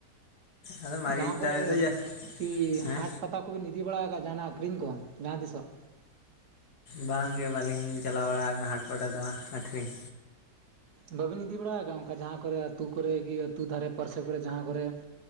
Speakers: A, on the left (about 60°); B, on the right (about 65°).
A: ᱟᱫᱚ ᱢᱟᱹᱨᱤᱪ
B: ᱡᱟᱦᱟᱸ ᱠᱚᱨᱮ
A: ᱫᱟᱨᱮ ᱫᱚ ᱡᱟᱹᱥᱛᱤ
B: ᱠᱤ
A: ᱦᱮᱸ
B: ᱦᱟᱴ ᱯᱟᱛᱟ ᱠᱚᱵᱤᱱ ᱤᱫᱤ ᱵᱟᱲᱟ ᱟᱠᱟᱜ ᱡᱟᱦᱟᱸᱱᱟᱜ ᱟᱠᱷᱨᱤᱧ ᱠᱚ, ᱡᱟᱦᱟᱸ ᱛᱤᱥᱚᱜ?
A: ᱵᱟᱝ ᱜᱮ ᱵᱟᱹᱞᱤᱧ ᱪᱟᱞᱟᱣ ᱵᱟᱲᱟ ᱟᱠᱟᱱᱟ ᱦᱟᱴ ᱯᱟᱴᱟ ᱫᱟᱬᱟ ᱟᱹᱠᱷᱨᱤᱧ᱾
B: ᱵᱟᱹᱵᱤᱱ ᱤᱫᱤ ᱵᱟᱲᱟ ᱟᱠᱟᱜ-ᱟ ᱚᱝᱠᱟ ᱡᱟᱦᱟᱸ ᱠᱚᱨᱮ ᱟᱹᱛᱩ ᱠᱚᱨᱮ <unintelligible> ᱟᱹᱛᱩ ᱫᱷᱟᱨᱮ ᱯᱟᱨᱥᱮ ᱠᱚᱨᱮ ᱡᱟᱦᱟᱸ ᱠᱚᱨᱮ